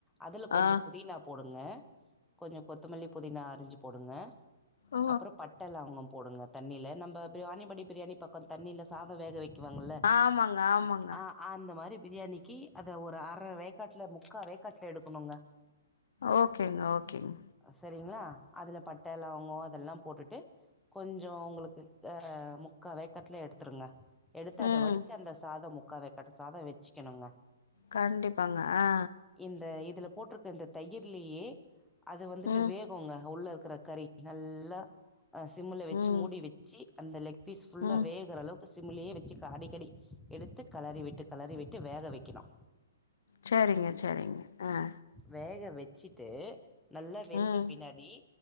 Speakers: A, in the centre; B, on the left.
A: அதுல கொஞ்ச
B: ஆ
A: புதினா போடுங்க கொஞ்ச கொத்தமல்லி புதினா அரிஞ்சி போடுங்க
B: ஓ
A: அப்புறம் பட்ட லவங்க போடுங்க தண்ணில நம்ம பிரியாணி படி பிரியாணி பக்க தண்ணில சாத வேக வெக்குவாங்கள்ள
B: ஆமாங்க ஆமாங்க
A: ஆ அந்த மாரி பிரியாணிக்கு அத ஒரு அர வேக்காட்டுல முக்கா வேக்காட்டுல எடுக்கணுங்க
B: ஓகேங்க ஓகேங்க
A: சரிங்களா அதுல பட்ட லவங்கோ அதெல்லா போட்டுட்டு கொஞ்ச உங்ளுக்கு ஆ முக்கா வேக்கட்டுல எடுத்துடுங்க எடுத்து அத
B: ம்
A: வடிச்சு அந்த சாதம் மு க்கா வேகட்ட சாத வெச்சுக்கணுங்க
B: கண்டிப்பாங்க அ
A: இந்த இதுல போட்டிருக்க இந்த தயிர்லயே அது வந்துட்டு
B: ம்
A: வேகுங்க உள்ள இருக்குற கறி நல்லா சிம்ல வெச்சி
B: ம்
A: மூடி வெச்சி அந்த லெக் பீஸ் ஃபுல்லா
B: ம்
A: வேகுற அளவுக் சிம்லயே வெச்சு அடிக்கடி எடுத்து கலாறிவிட்டு கலாறிவிட்டு வேக வெக்கணு
B: செரிங்க செரிங்க அ
A: வேக வெச்சிட்டு நல்லா வெந்த
B: ம்
A: பின்னாடி